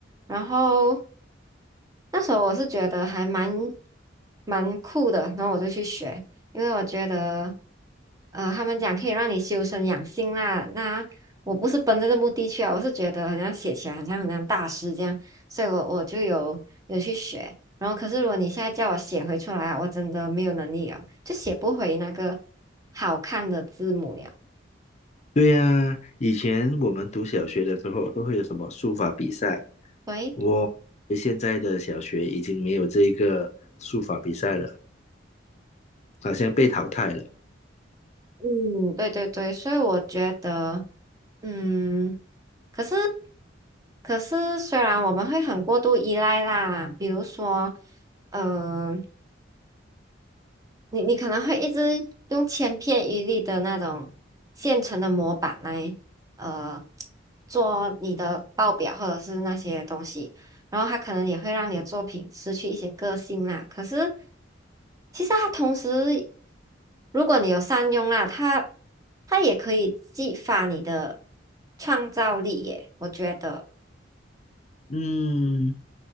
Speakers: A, on the right; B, on the left.
A: 然后那时候我是觉得还蛮蛮酷的，然后我就去学，因为我觉得，呃，他们讲可以让你修身养性啦。那我不是奔着这目的去啊，我是觉得好像写起来好像很像大师这样，所以我我就有有去学。然后可是如果你现在叫我写回出来啊，我真的没有能力啊，就写不回那个好看的字母了。
B: 对呀、以前我们读小学的时候都会有什么书法比赛，
A: 喂。
B: 我现在的小学已经没有这个书法比赛了。好像被淘汰了。
A: 嗯，对对对，所以我觉得，嗯，可是，可是，虽然我们会很过度依赖啦，比如说，呃你你可能会一直用千篇一律的那种现成的模板来，呃，做你的报表或者是那些东西，然后它可能也会让你的作品失去一些个性啦。可是，其实它同时，如果你有善用啦，它它也可以激发你的创造力耶，我觉得。
B: 嗯，